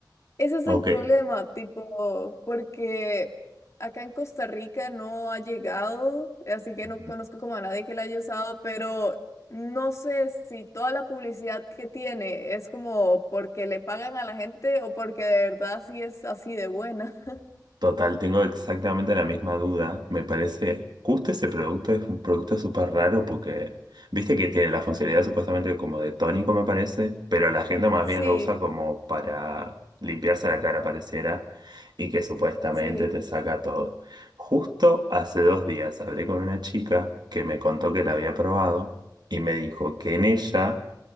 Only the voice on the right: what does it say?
Ok.
Ujú.
Total, tengo exactamente la misma duda. Me parece, justo ese producto es un producto súper raro porque, viste que tiene la funcionalidad supuestamente como de tónico, me parece, pero la gente más
bien lo usa como para limpiarse la cara, pareciera, y que supuestamente
te saca todo. Justo hace dos días hablé con una chica que me contó que la había probado y me dijo que en ella